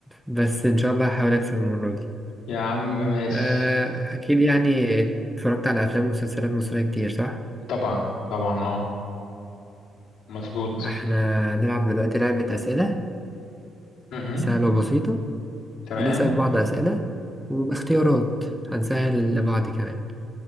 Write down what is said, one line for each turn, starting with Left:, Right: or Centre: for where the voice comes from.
Centre: بس ان شاء الله هحاول اكسب المره دي
Left: يا عم ماشي
Centre: آه، اكيد يعني اتفرجت على افلام ومسلسلات مصريه كتير صح
Left: طبعا طبعا اه مظبوط
Centre: احنا نلعب دلوقتي لعبه اسئله
Left: مهم.
Centre: سهله وبسيطه
Left: تمام
Centre: هنسأل بعض أسئلة وباختيارات هنسهل لبعض كمان